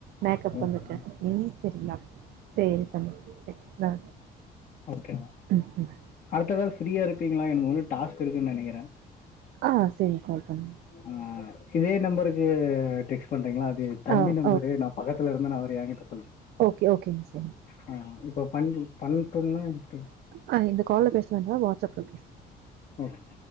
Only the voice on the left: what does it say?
ஓகேண்ணா
ஓகே
அடுத்த கால் ஃப்ரீயா இருப்பீங்ளா எனக்கு இன்னு டாஸ்க் இருக்குனு நெனைக்கிற
அ இதே நம்பருக்கு டெக்ஸ்ட் பண்றீங்களா அது தம்பி
நம்பரு
நா பக்கத்துல இருந்தனா அவரு எங்கிட்ட
அ இப்ப பண்றீ பண்டும்னா எப்டி
ஓகே